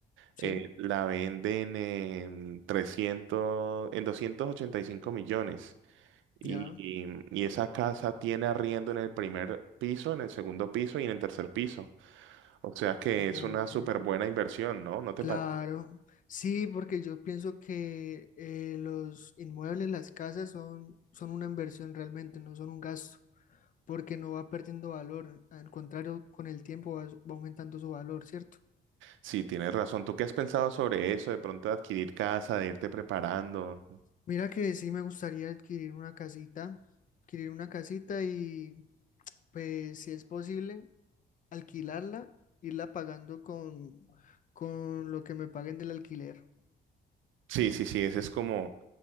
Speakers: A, on the left; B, on the right.
A: Sí.
B: eh, la venden en 300 en 285 millones. Y,
A: Ya,
B: y- y esa casa tiene arriendo en el primer piso, en el segundo piso y en el tercer piso. O sea que
A: ok,
B: es una súper buena inversión, ¿no? ¿No te
A: claro.
B: parece?
A: Sí, porque yo pienso que eh, los inmuebles, las casas son, son una inversión realmente, no son un gasto, porque no va perdiendo valor. Al contrario, con el tiempo va, va aumentando su valor, ¿cierto?
B: Sí, tienes razón. ¿Tú qué has pensado sobre eso? De pronto adquirir casa, de irte preparando.
A: Mira que sí me gustaría adquirir una casita, adquirir una casita y pues si es posible, alquilarla, irla pagando con, con lo que me paguen del alquiler.
B: Sí, sí, sí, ese es como,